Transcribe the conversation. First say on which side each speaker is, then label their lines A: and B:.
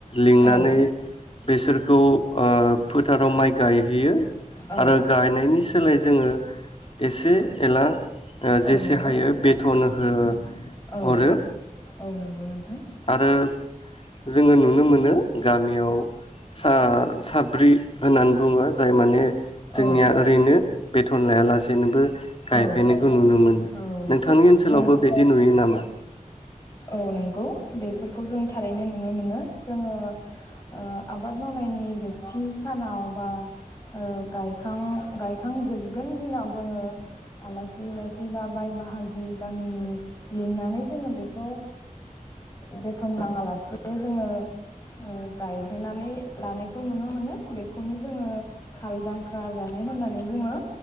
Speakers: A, on the left; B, on the left.
A: लिंनानै
B: औ
A: बेसोरखौ ओ फोथाराव माइ गायहोयो।
B: औ
A: आरो गायनायनि सोलाय जोङो एसे एला ओ जेसे
B: औ नंगौ
A: हायो बे थन हो
B: औ
A: हरो
B: औ नंगौ नोंथां
A: आरो जोङो नुनो मोनो गामियाव सा साब ब्रि होननानै बुङो जाय माने
B: औ
A: जोंनिया ओरैनो बेथन लायालासेनोबो गायफैनायखौ
B: औ
A: नुनो मोनो
B: औ
A: नोंथांनि ओनसोलावबो
B: जों
A: बिदि नुयो नामा?
B: औ नंगौ बेफोरखौ जों थारैनो नुनो मोनो जोङो ओ आबाद मावनायनि जोबथि सानाव बा ओ गायखां गायखांजोबगोन दिनाव जोङो आलासि उलासि बा बाय बाहागि गामिनि लिंनानै जोङो बेखौ बेथन ओ नाङा लासे जोङो ओ गायहोनानै लानायखौ नुनो मोनो बेखौनो जोङो हाल जांख्रा जानाय होननानै बुङो।